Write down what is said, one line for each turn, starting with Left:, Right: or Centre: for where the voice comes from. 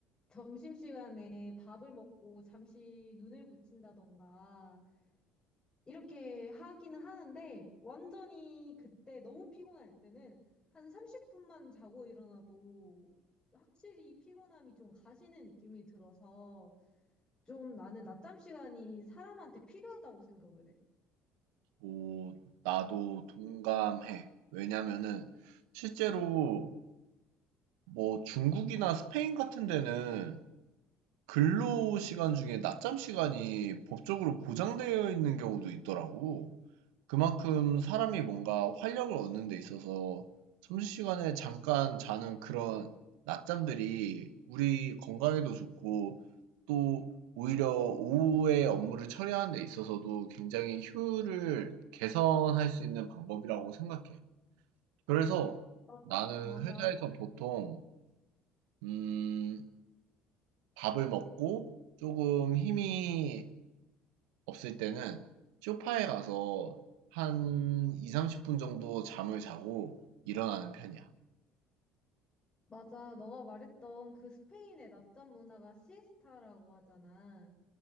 Left: 점심시간에 밥을 먹고 잠시 눈을 붙인다던가 이렇게 하기는 하는데 완전히 그때 너무 피곤할 때는 한 30분만 자고 일어나도 확실히 피곤함이 좀 가시는 느낌이 들어서 좀 나는 낮잠 시간이 사람한테 필요하다고 생각을 해.
Right: 오, 나도 동감해. 왜냐면은 실제로 뭐 중국이나 스페인 같은 데는 근로 시간 중에 낮잠 시간이 법적으로 보장되어 있는 경우도 있더라고. 그만큼 사람이 뭔가 활력을 얻는 데 있어서 점심시간에 잠깐 자는 그런 낮잠들이 우리 건강에도 좋고 또 오히려 오후에 업무를 처리하는 데 있어서도 굉장히 효율을 개선할 수 있는 방법이라고 생각해. 그래서
Left: 어,
Right: 나는
Left: 맞아.
Right: 회사에서 보통 음, 밥을 먹고 조금 힘이 없을 때는 쇼파에 가서 한 20, 30분 정도 잠을 자고 일어나는 편이야.
Left: 맞아. 너가 말했던 그 스페인의 낮잠 문화가 시에스타라고 하잖아.